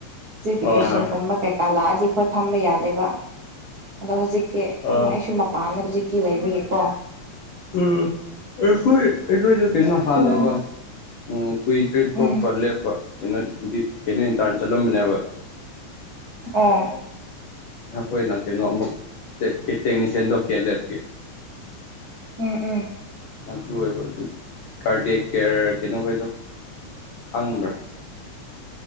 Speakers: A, on the right; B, on the left.
A: ꯑꯗꯨꯒꯤ
B: ꯍꯣꯏ
A: ꯄꯦꯁꯦꯟꯒꯨꯝꯕ
B: ꯍꯣꯏ
A: ꯀꯩꯀꯥ ꯂꯥꯛꯑꯗꯤ ꯑꯩꯈꯣꯏ ꯐꯝꯕ ꯌꯥꯗꯦꯕ ꯑꯗꯣ ꯍꯧꯖꯤꯛꯇꯤ
B: ꯑ
A: ꯑꯩꯁꯨ ꯃꯄꯥꯟꯗ ꯍꯧꯖꯤꯛꯇꯤ ꯂꯩꯕꯒꯤꯀꯣ
B: ꯎꯝ ꯑꯩꯈꯣꯏ ꯑꯩꯈꯣꯏꯁꯨ ꯀꯩꯩꯅꯣ
A: ꯑꯗꯨꯝ
B: ꯍꯟꯅꯀꯣ ꯎꯝ ꯀꯨꯏꯗ꯭ꯔꯤ ꯇꯣꯛꯄ
A: ꯎꯝ
B: ꯂꯦꯞꯄ ꯀꯩꯅꯣ ꯗꯦꯞ ꯏꯟꯇꯥꯔꯟ ꯆꯠꯂꯝꯕꯅꯦꯕ
A: ꯑꯣ
B: ꯅꯈꯣꯏꯅ ꯀꯩꯅꯣ ꯑꯃꯨꯛ ꯇꯦꯛ ꯇꯦꯛꯅꯤꯁꯤꯌꯥꯟꯗꯣ ꯀꯦꯠ ꯂꯦꯞ
A: ꯎꯝ ꯎꯝ
B: ꯑꯗꯨ ꯑꯣꯏꯕ ꯑꯗꯨꯒꯤ ꯀꯥꯔꯗꯦꯛ ꯀꯦꯌꯔ ꯀꯩꯅꯣꯈꯣꯏꯗꯣ ꯈꯪꯕ꯭ꯔꯥ